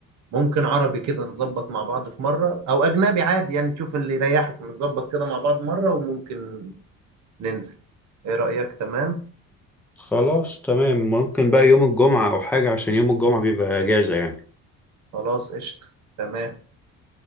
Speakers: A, on the right; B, in the centre.
A: ممكن عربي كده نظبط مع بعض في مرة او اجنبي عادي يعني تشوف اللي يريحك نظبط كده مع بعض مرة وممكن ننزل ايه رأيك تمام
B: خلاص تمام ممكن بقى يوم الجمعة او حاجة عشان يوم الجمعة بيبقى اجازة يعني
A: خلاص قشطة تمام